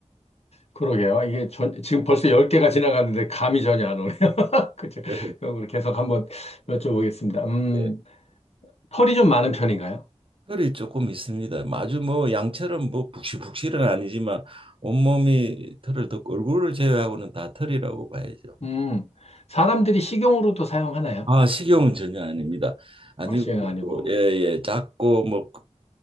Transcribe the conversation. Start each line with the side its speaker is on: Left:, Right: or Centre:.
Left: 그러게요. 이게 전, 지금 벌써 10개가 지나갔는데 감이 전혀 안 오네요. <laughs> 그죠?
Right: 그래서
Left: 그럼 계속 한번
Right: 뭐,
Left: 여쭤보겠습니다. 음,
Right: 예,
Left: 털이 좀 많은 편인가요?
Right: 혈이 조금 있습니다. 아주 뭐 양처럼 뭐 북실북실은 아니지만 온몸이 털을 덮고 얼굴을 제외하고는 다 털이라고 봐야죠.
Left: 음, 사람들이 식용으로도 사용하나요?
Right: 아, 식용은 전혀 아닙니다. 아니고
Left: 아, 식용 아니고.
Right: 예, 예, 작고 뭐